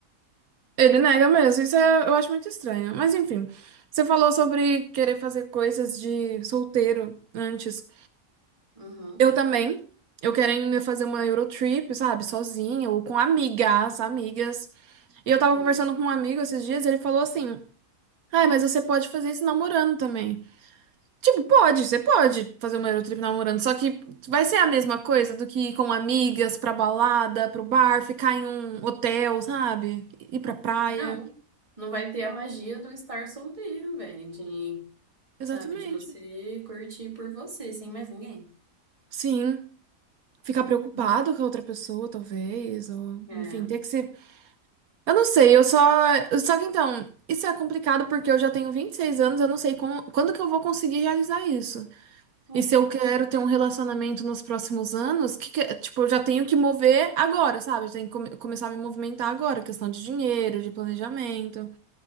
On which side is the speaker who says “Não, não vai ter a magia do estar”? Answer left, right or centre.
Right